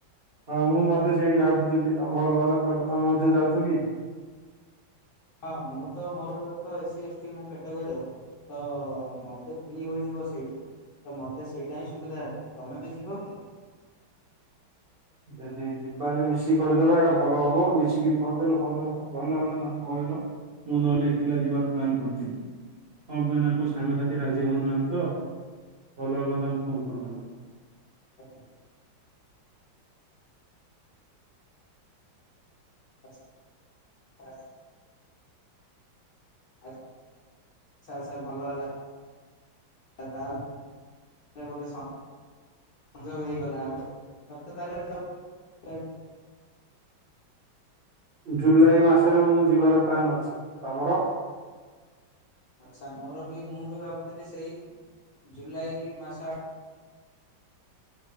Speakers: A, on the right; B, on the left.
A: ହଁ ମୁଁ ମଧ୍ୟ ସେଇଠି ଭାବୁଥିଲି ତମେ ଭଲ ହେଲା କହିଲ ତମେ ମଧ୍ୟ ଯାଉଛ କି?
B: ହଁ ମୁଁ ତ ମୋର ତ ଏସ୍ ସି ଏସ୍ ଟି ମୋ କ୍ୟାଟାଗୋରୀର। ତ ମତେ ଫ୍ରି ହୋଇଯିବ ସେଇଟୁ। ତ ମତେ ସେଇଟା ହିଁ ସୁବିଧା ହେବନି ତମେ ବି ଯିବ କି?
A: ଯଦି ଯିବା ହେଲେ ମିଶିକି କରିଦବା ଏଇଟା ଭଲ ହବ ମିଶିକିରି କରିଦେଲେ ଭଲ ହବ ଭଲ ହେଲେ ତମେ କହିଲ। ମୁଁ ନହେଲେ ଏକଲା ଯିବାର ପ୍ଲାନ୍ କରିଥିଲି। କଣ ବିନା କୋଉ ସାଙ୍ଗସାଥି ରାଜି ହଉନାହାନ୍ତି ତ ଭଲ ହେଲା ତମେ ଫୋନ କରିଦେଲ।
B: ଆଚ୍ଛ। ଆଛା ଆଚ। ଆ ଆଚ୍ଛା ଆଚ୍ଛା ଭଲ ହେଲା ତାହଲେ ଗୋଟେ ସଂଯୋଗ ହେଇଗଲା ଆମେ ସପ୍ତ ତାରିଖ <unintelligible>
A: ଜୁଲାଇ ମାସରେ ମୁଁ ଯିବାର ପ୍ଲାନ୍ ଅଛି ତମର।
B: ଆଚ୍ଛା ମୋର ବି ମୁଁ ବି ଭାବୁଥିଲି ସେଇ ଜୁଲାଇ ମାସ।